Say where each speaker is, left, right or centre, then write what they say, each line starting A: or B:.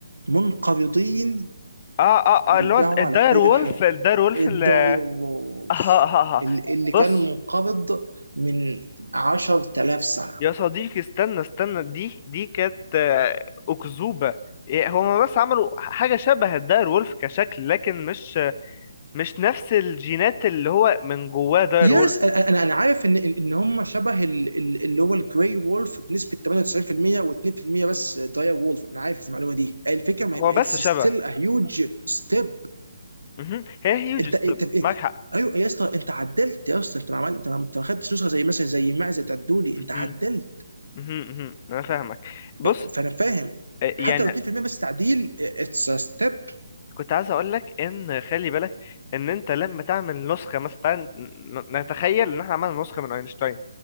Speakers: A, on the right; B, on the left.
A: منقرضين
B: اه اه
A: يرجعوا
B: اللي هو الداير
A: على قيد
B: وولف
A: الحياة
B: الداير وولف
A: الدايوولف
B: اللي <laughs> اه اه اه آه.
A: ال- اللي كان
B: بص
A: منقبض من 10,000 سنة
B: يا صديقي استنى استنى دي دي كانت آه، أكذوبة إيه، هما بس عملوا حاجة شبه الداير وولف كشكل لكن مش مش نفس الجينات اللي هو من جواه داير
A: يس
B: وولف
A: انا انا أنا عارف ان ان إن هم شبه ال- ال- اللي هو الجراي وولف بنسبه 98% و2% بس داير وولف انا عارف المعلومه دي الفكره ما
B: هو بس
A: اتس
B: شبه
A: ستيل ا هيوج ستيب
B: مهم. هي هيوج
A: انت
B: ستيب
A: انت
B: معاك حق
A: ايوه يا اسطى انت عدلت يا اسطى انت ما عملت انت ما أنت ما خدتش نسخه زي مثلا زي معزه بتاعت دولي
B: مهم.
A: انت عدلت
B: مهم. مهم. أنا فاهمك بص
A: ف- فانا فاهم
B: آه،
A: حتى
B: يعني
A: لو 2% بس تعديل اتس ستيب
B: كنت عايز أقول لك إن خلي بالك إن أنت لما تعمل نسخة مثلا تعال ن- نتخيل إن إحنا عملنا نسخة من أينشتاين